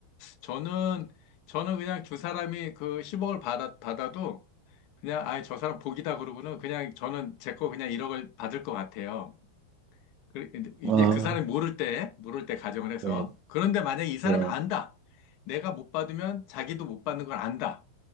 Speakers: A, on the left; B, on the right.
A: 저는 저는 그냥 두 사람이 그 10억을 받아, 받아도 그냥 아예 저 사람 복이다 그러고는 그냥 저는 제 거 그냥 1억을 받을 것 같아요. 그- 이제
B: 아,
A: 그 사람이 모를 때, 모를 때 가정을 해서.
B: 네,
A: 그런데 만약에 이 사람이
B: 예.
A: 안다. 내가 못 받으면 자기도 못 받는 걸 안다.